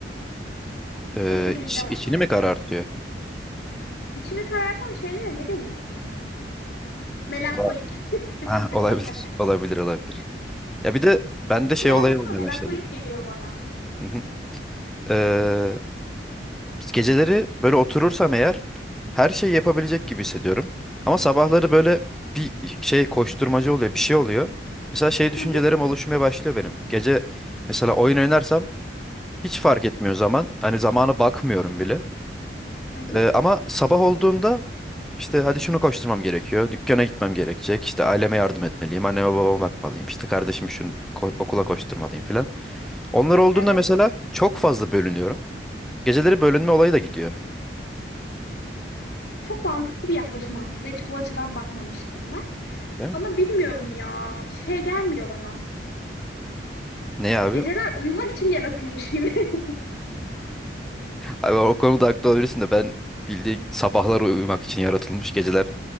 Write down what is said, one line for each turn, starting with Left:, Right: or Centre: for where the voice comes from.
Centre: Ee,
Left: Hatırlayacağım
Centre: iç, içini
Left: ama.
Centre: mi karartıyor?
Left: İçimi karartan şeylere ne deniyordu? Melankolik.
Centre: Valla-
Left: <laughs>
Centre: Ha, olabilir, <laughs> olabilir, olabilir. Ya bir de bende
Left: Ece
Centre: şey
Left: birazcık
Centre: olayı olmaya
Left: daha melankolik
Centre: başladı.
Left: geliyor bana.
Centre: Hı hı. Ee, Geceleri böyle oturursam eğer her şeyi yapabilecek gibi hissediyorum. Ama sabahları böyle bir şey koşturmaca oluyor, bir şey oluyor. Mesela şey düşüncelerim
Left: Hı hı,
Centre: oluşmaya başlıyor benim. Gece mesela oyun oynarsam hiç fark etmiyor zaman. Hani zamana bakmıyorum bile.
Left: hı hı.
Centre: Ee, ama sabah olduğunda işte hadi şunu koşturmam gerekiyor. Dükkana gitmem gerekecek. İşte aileme yardım etmeliyim. Anneme babama bakmalıyım. İşte kardeşim şunu ko- okula koşturmalıyım filan. Onlar olduğunda
Left: Evet.
Centre: mesela çok fazla bölünüyorum. Geceleri bölünme olayı da gidiyor.
Left: Çok mantıklı bir yaklaşım aslında. Hiç bu açıdan bakmamıştım ben.
Centre: Değil mi?
Left: Ama bilmiyorum ya. Şey gelmiyor bana.
Centre: Ne abi?
Left: Geceler uyumak için yaratılmış gibi. <laughs>
Centre: Abi o konuda haklı olabilirsin de ben bildiğin sabahlar uyumak için yaratılmış, geceler